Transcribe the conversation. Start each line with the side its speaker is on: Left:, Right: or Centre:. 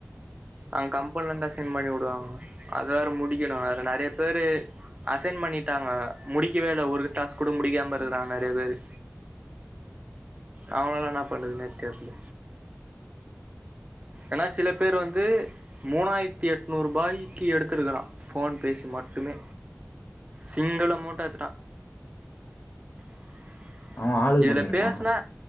Right: அங் கம்பனில இருந்து தா சென்ட் பண்ணிவுடுவாங்க அத வேற முடிக்கணு வேற நறையா பேரு அசைன் பண்ணிட்டாங்க முடிக்கவே இல்ல ஒரு டாஸ்க் கூட முடிக்காம இருக்றாங்க நறைய பேரு அவங்களலா என்னாப் பண்றதுனே தெர்ல ஆனா சில பேர் வந்து மூணாயிர்த்தி எட்நூர் ரூபாய்க்கு எடுத்துருக்கறா ஃபோன் பேசி மட்டுமே சிங்கிள் அமௌண்ட் அதா <inaudible>
Left: அவன் ஆளுக்கு
Right: இதுல
Left: பண்ணியிருப்பான்
Right: பேசுனா